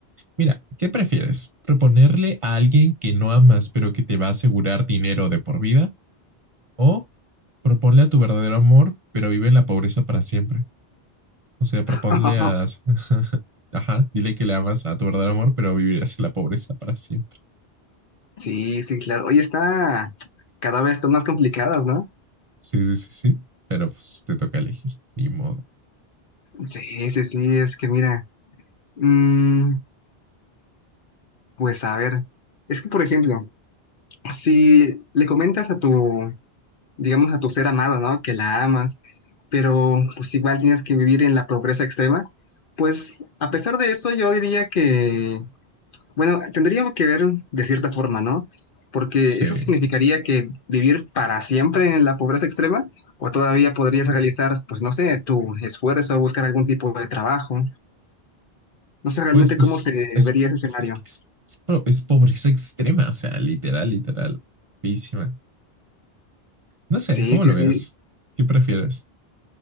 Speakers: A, on the right; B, on the left.
A: Mira, ¿qué prefieres? ¿Proponerle a alguien que no amas pero que te va a asegurar dinero de por vida? ¿O proponle a tu verdadero amor pero vive en la pobreza para siempre? O sea, proponle
B: <laughs>
A: a... <laughs> Ajá, dile que le amas a tu verdadero amor pero vivirás en la pobreza para siempre.
B: Sí, sí, claro. Oye, está cada vez están más complicadas, ¿no?
A: Sí, sí, sí, sí. Pero pues te toca elegir. Ni modo.
B: Sí, sí, sí, es que mira, mm, pues a ver, es que por ejemplo, si le comentas a tu, digamos, a tu ser amado, ¿no? Que la amas, pero pues igual tienes que vivir en la pobreza extrema, pues a pesar de eso yo diría que Bueno, tendríamos que ver de cierta forma, ¿no? Porque
A: Sí.
B: eso significaría que vivir para siempre en la pobreza extrema, o todavía podrías realizar, pues no sé, tu esfuerzo, buscar algún tipo de trabajo. No sé realmente
A: Pues es,
B: cómo se
A: es,
B: vería ese escenario.
A: es, es, es- es po- es pobreza extrema, o sea, literal, literal, feísima. No sé,
B: Sí,
A: ¿cómo
B: sí,
A: lo
B: sí.
A: veas? ¿Qué prefieres?